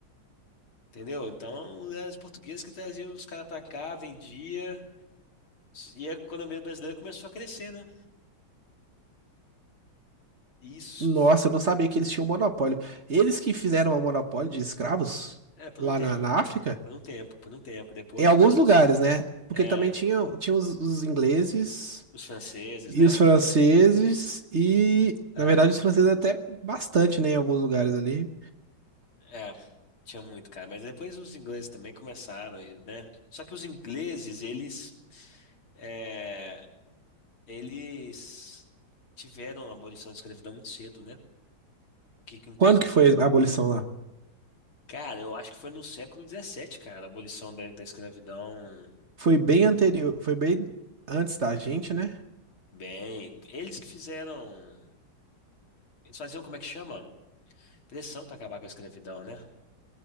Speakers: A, on the left; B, on the right.
A: Entendeu? Então, eram os portugueses que traziam os caras pra cá, vendia, e a economia brasileira começou a crescer, né? Isso,
B: Nossa,
A: f-
B: eu não sabia que eles tinham monopólio. Eles que fizeram o monopólio de escravos
A: é, por
B: lá
A: um tempo.
B: na, na África,
A: Por um tempo, por um tempo. Depois
B: em alguns
A: os franceses,
B: lugares, né? Porque
A: é,
B: também tinha, tinha os, os ingleses
A: os franceses,
B: e
A: né?
B: os franceses, e
A: É.
B: na verdade os franceses até bastante, né? Em alguns lugares ali.
A: É, tinha muito, cara. Mas depois os ingleses também começaram, e, né? Só que os ingleses, eles, é, eles tiveram a abolição da escravidão muito cedo, né? Que, que, inclusive,
B: Quando que foi a abolição lá?
A: cara, eu acho que foi no século XVII, cara, a abolição da, da escravidão.
B: Foi bem anterior, foi bem antes da gente, né?
A: Bem, eles que fizeram. Eles faziam, como é que chama? Pressão pra acabar com a escravidão, né?